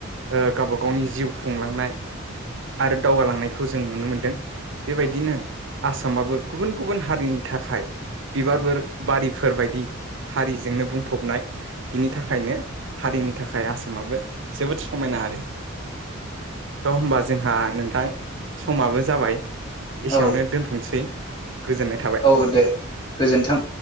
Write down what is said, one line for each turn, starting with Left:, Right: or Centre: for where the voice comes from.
Right: ओ गावबा गावनि जिउ खुंलांनाय आरो दावगालांनायखौ जों नुनो मोनदों बेबायदिनो आसामाबो गुबुन गुबुन हारिनि थाखाय बिबारफोर बारिफोर बायदि हारिजोंनो बुंफबनाय बिनि थाखायनो हारिनि थाखाय आसामाबो जोबोद समायना आरो थ' होमबा जोंहा नोंथां समाबो जाबाय एसेयावनो
Left: औ
Right: दोनथ' थ'नोसै गोजोननाय थाबाय
Left: औ दे गोजोन्थों